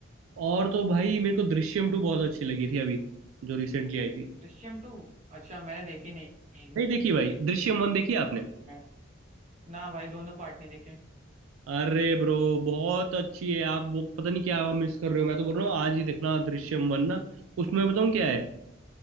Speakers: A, on the right; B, on the right.
A: और तो भाई मेरे को दृश्यम टू बहुत अच्छी लगी थी अभी जो रिसेंटली आई थी
B: दृश्यम टू अच्छा मैंने देखी नहीं है ये
A: नहीं देखी भाई दृश्यम वन देखी आपने
B: हाँ ना भाई दोनों पार्ट नहीं देखे
A: अरे ब्रो बहुत अच्छी है आप वो पता नहीं क्या मिस कर रहे हो मैं तो बोल रहा हूँ आज ही देखना दृश्यम वन ना उसमें बताऊँ क्या है